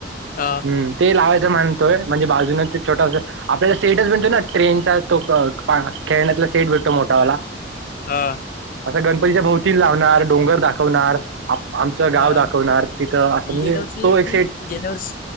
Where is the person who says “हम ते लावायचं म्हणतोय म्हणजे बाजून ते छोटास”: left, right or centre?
Right